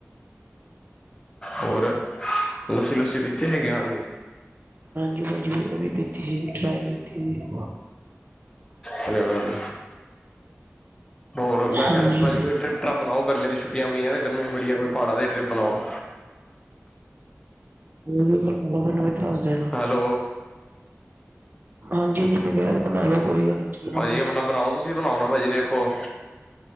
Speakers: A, on the left; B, on the right.
A: ਹੋਰ। ਲੱਸੀ ਲੁੱਸੀ ਪੀਤੀ ਸੀ ਗਿਆਨ ਦੀ।
B: ਹਾਂਜੀ ਹਾਂਜੀ ਉਹ ਵੀ ਪੀਤੀ ਸੀ ਟਰਾਈ ਕੀਤੀ ਸੀ।
A: ਸ ਗੱਲ ਹੋਰ ਮੈਂ
B: ਹਾਂਜੀ।
A: ਕਹਿ ਰਿਹਾ ਸੀ ਭਾਜੀ ਕੋਈ ਟ੍ਰਿਪ ਟਪ ਬਣਾਓ ਗਰਮੀਆਂ ਦੀਆਂ ਛੁੱਟੀਆਂ ਪਈਆਂ ਗਰਮੀ ਬੜੀਆਂਈ ਪਹਾੜਾਂ ਦੀ ਟ੍ਰਿਪ ਬਣਾਓ।
B: ਲ <unintelligible> ਮੈਨੂੰ ਵੀ ਤੁਸੀਂ ਦੱਸ ਦੇਣਾ
A: ਹੈਲੋ,
B: ਹਾਂਜੀ ਹਾਂਜੀ, ਮੈਂ ਕਹਿ ਰਿਹਾ ਬਣਾ ਲਓ ਕੋਈ ਗੱਲ ਨੀ। ਚੱਲਾਂਗੇ।
A: ਭਾਜੀ ਆਪਣਾ ਬਣਾਓ ਤੁਸੀਂ ਬਣਾਓ ਨਾ ਭਾਜੀ ਦੇਖੋ।